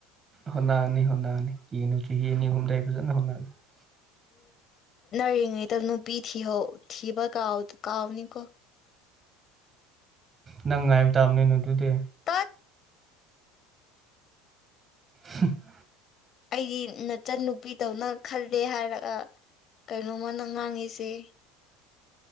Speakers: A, on the right (about 25°); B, on the left (about 40°).
A: ꯍꯅꯥꯅꯤ ꯍꯣꯅꯥꯅꯤ ꯀꯅ ꯆꯍꯤꯅꯤ ꯍꯨꯝꯗꯥꯏ ꯐꯖꯅ ꯍꯒ <unintelligible>
B: ꯔꯤꯉꯩꯗ ꯅꯨꯄꯤ ꯊꯤꯍꯧ ꯊꯤꯕ ꯀꯥꯎ ꯀꯥꯎꯅꯤꯀꯣ
A: ꯅꯪ ꯉꯥꯏꯕ ꯇꯥꯕꯅꯤ ꯅꯦ ꯑꯗꯨꯗꯤ
B: ꯇꯠ
A: ꯍꯝ
B: ꯑꯩꯗꯤ ꯅꯆꯟꯟꯅ ꯅꯨꯄꯤꯗꯧꯅ ꯈꯜꯂꯦ ꯍꯥꯏꯔꯒ ꯀꯩꯅꯣꯃ ꯃꯅꯥ ꯉꯥꯡꯉꯤꯁꯦ